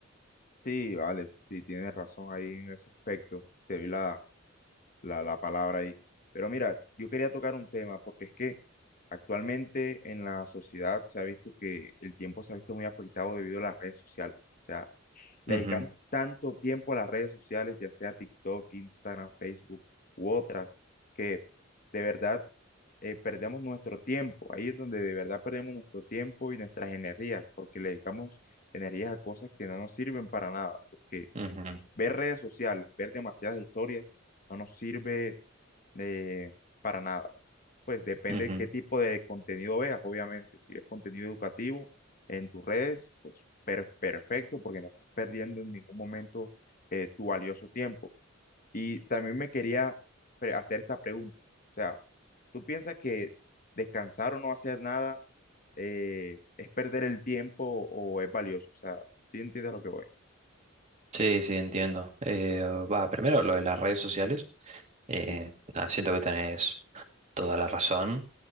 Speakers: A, on the left (about 45°); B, on the right (about 35°).
A: sí, vale, sí, tienes razón ahí en ese aspecto. Te vi la, la, la palabra ahí. Pero mira, yo quería tocar un tema porque es que actualmente en la sociedad se ha visto que el tiempo se ha visto muy afectado debido a las redes sociales. O sea, le
B: Ujú,
A: dedicamos tanto tiempo a las redes sociales, ya sea TikTok, Instagram, Facebook u otras, que de verdad eh, perdemos nuestro tiempo. Ahí es donde de verdad perdemos nuestro tiempo y nuestras energías, porque le dedicamos energías a cosas que no nos sirven para nada. Porque
B: ujú,
A: ver redes sociales, ver demasiadas historias, no nos sirve eh, para nada. Pues depende
B: ujú.
A: qué tipo de contenido veas, obviamente. Si ves contenido educativo en tus redes, pues per- perfecto, porque no estás perdiendo en ningún momento eh, tu valioso tiempo. Y también me quería pre- hacer esta pregunta. O sea, ¿tú piensas que descansar o no hacer nada eh, es perder el tiempo o es valioso? O sea, ¿sí entiendes lo que voy?
B: Sí, sí, entiendo. Eh, va, primero lo de las redes sociales. Eh,
A: Sí,
B: nada, siento que tenés toda la razón.